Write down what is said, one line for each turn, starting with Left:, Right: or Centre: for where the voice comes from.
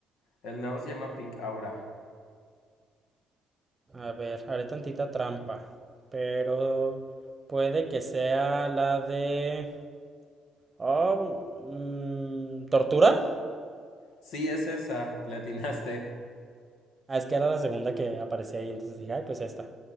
Left: El nuevo se llama Pink Aura.
Right: A ver, haré tantita trampa. Pero puede que sea la de... Oh, mm, ¿tortura?
Left: Sí, es esa. <laughs> Le atinaste.
Right: Ah, es que era la segunda que aparecía ahí, entonces dije, ay, pues esta.